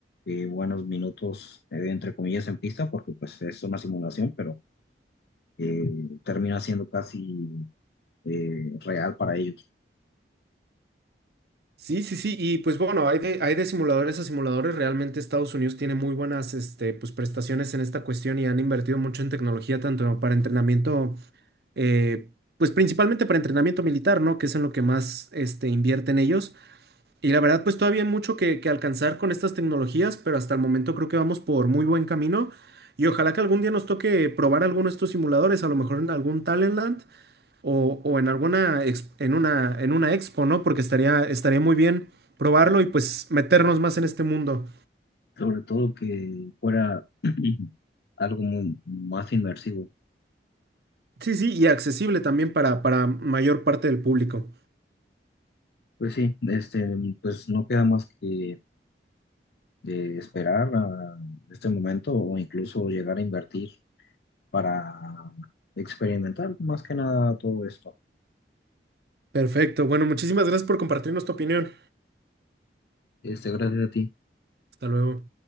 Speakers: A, on the left (about 65°); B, on the right (about 60°).
A: eh, buenos minutos, eh, entre comillas, en pista, porque pues es una simulación, pero eh, termina siendo casi eh, real para ellos.
B: Sí, sí, sí, y pues bueno, hay de, hay de simuladores a simuladores, realmente Estados Unidos tiene muy buenas este, pues, prestaciones en esta cuestión y han invertido mucho en tecnología, tanto para entrenamiento, eh, pues principalmente para entrenamiento militar, ¿no? Que es en lo que más este, invierten ellos. Y la verdad, pues todavía hay mucho que, que alcanzar con estas tecnologías, pero hasta el momento creo que vamos por muy buen camino y ojalá que algún día nos toque probar alguno de estos simuladores, a lo mejor en algún Talentland. o, o en alguna ex- en una, en una expo, ¿no? Porque estaría, estaría muy bien probarlo y pues meternos más en este mundo.
A: Sobre todo que fuera <clears throat> algo muy- más inmersivo.
B: Sí, sí, y accesible también para, para mayor parte del público.
A: Pues sí, este, pues no queda más que de esperar a este momento o incluso llegar a invertir para experimentar más que nada todo esto.
B: Perfecto. Bueno, muchísimas gracias por compartirnos tu opinión.
A: Este, gracias a ti.
B: Hasta luego.